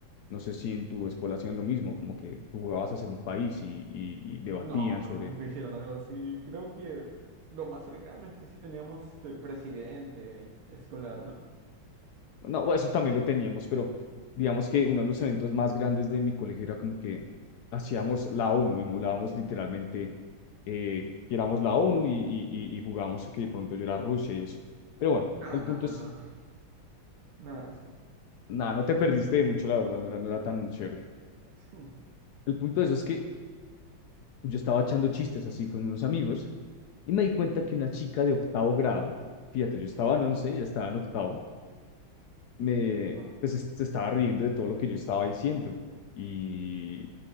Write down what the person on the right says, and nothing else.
No, no,
nunca hicieron algo así. Creo que lo más cercano es que sí teníamos este presidente escolar, ¿no?
No,
no,
no,
no. Nada de eso.
Hmm.
Ah,